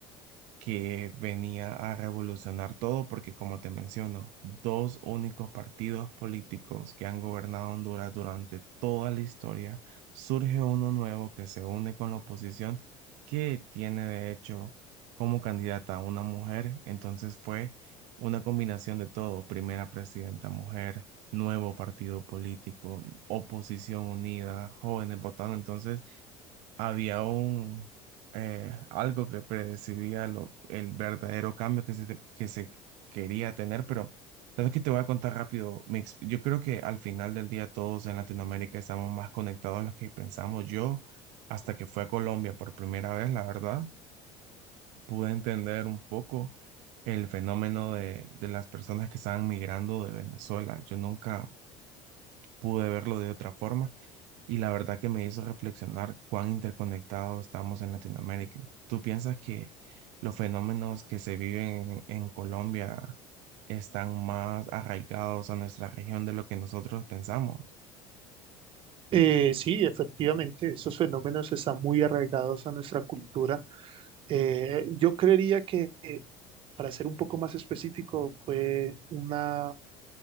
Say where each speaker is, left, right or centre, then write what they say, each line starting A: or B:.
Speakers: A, on the right; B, on the right.
A: que venía a revolucionar todo, porque como te menciono, dos únicos partidos políticos que han gobernado Honduras durante toda la historia, surge uno nuevo que se une con la oposición, que tiene de hecho como candidata a una mujer, entonces fue una combinación de todo, primera presidenta mujer, nuevo partido político, oposición unida, jóvenes votando, entonces había un eh, algo que predecidía lo, el verdadero cambio que se, te- que se quería tener, pero sabes que te voy a contar rápido. mi ex- yo creo que al final del día todos en Latinoamérica estamos más conectados a los que pensamos. Yo, hasta que fui a Colombia por primera vez, la verdad, pude entender un poco el fenómeno de, de las personas que estaban migrando de Venezuela. Yo nunca pude verlo de otra forma y la verdad que me hizo reflexionar cuán interconectados estamos en Latinoamérica. ¿Tú piensas que los fenómenos que se viven en, en Colombia están más arraigados a nuestra región de lo que nosotros pensamos?
B: Eh, sí, efectivamente, esos fenómenos están muy arraigados a nuestra cultura Eh, yo creería que, eh, para ser un poco más específico, fue una,